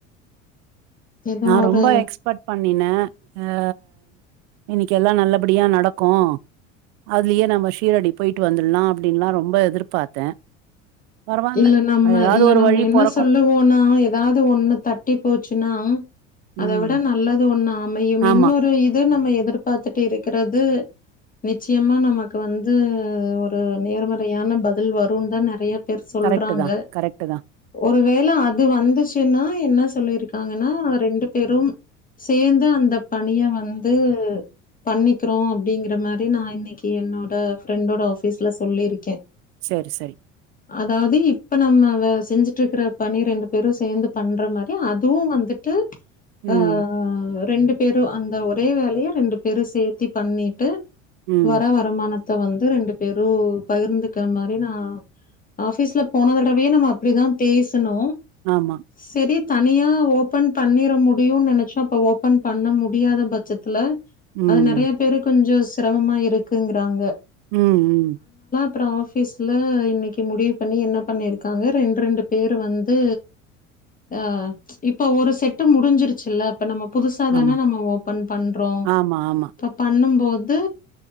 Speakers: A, on the left; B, on the right.
A: ஏதோ
B: நா
A: ஒரு
B: ரொம்ப எக்ஸ்பர்ட் பண்ணினே ஆ இன்னைக்கு எல்லா நல்லபடியா நடக்கு அதுலயே நம்ம ஷீரடி போயிட்டு வந்துடலா அப்படின்னுல்லா ரொம்ப எதிர்பார்த்தே பரவால்ல
A: இல்ல நம்ம
B: ஏதாவது
A: இல்ல
B: ஒரு
A: நம்ம
B: வழி
A: என்ன
B: பொறக்கு
A: சொல்லுவோம்னா ஏதாவது ஒண்ணு தட்டி போச்சுன்னா அத
B: ம்
A: விட நல்லது ஒண்ணு அமையும்
B: ஆமா
A: இன்னொரு இது நம்ம எதிர்பார்த்துட்டு இருக்கிறது நிச்சயமா நமக்கு வந்து ஒரு நேர்மறையான பதில் வருனுதா நெறைய பேர் சொல்றாங்க
B: கரெக்ட் தா கரெக்ட் தா
A: ஒ ஒரு வேள அது வந்துச்சுன்னா என்ன சொல்லிருக்காங்கன்னா ரெண்டு பேரும் சேந்து அந்த பணிய வந்து பண்ணிக்றோ அப்டிங்கிற மாரி நா இன்னைக்கு என்னோட ஃப்ரண்டோட ஆஃபீஸ்ல சொல்லிருக்கே
B: செரி சரி
A: அதாவ்து இப்ப நம்ம வே செஞ்சிட்ருக்கற பணிரண்டு பேரு சேந்து பண்ற மாரி அதுவு வந் துட்டு
B: ம்
A: ஆ ரண்டு பேரு அந்த ஒரே வேலய ரண்டு பேரு சேத்தி பண்ணிட்டு
B: ம்
A: வர வருமானத்த வந்து ரெண்டு பேரு பகிர்ந்துக்கிற மாரி நா ஆபீஸ்ல போன தடவயே நம்ம அப்டிதா பேசனோ
B: ஆமா
A: செரி தனியா ஓபன் பண்ணிர முடியும்னு நெனச்சோ அப்ப ஓப்பன் பண்ண முடியாத பட்சத்துல
B: ம்
A: அது நறைய பேரு கொஞ்ச சிரமமா இருக்குங்றாங்க
B: ம் ம்
A: அப்ற ஆஃபிஸ்ல இன்னக் கி முடிவ் பண்ணி என்ன பண்ணிர்க்காங்க ரெண்ட் ரெண்டு பேரு வந்து ஆ இப்ப ஒரு செட்டு முடிஞ்சிருச்சில்ல இப்ப நம்ம புதுசா தான
B: ஆமா
A: நம்ம ஓப்பன் பண்றோம்
B: ஆமா ஆமா
A: அப்ப பண்ணும் போ து